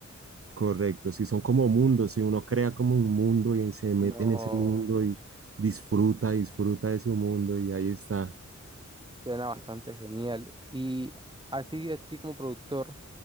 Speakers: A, on the right; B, on the right.
A: correcto. Si son como mundos, si uno crea como un mundo y se mete
B: No,
A: en ese mundo y disfruta, disfruta de su mundo y ahí está.
B: suena bastante genial. Y a ti, a ti como productor.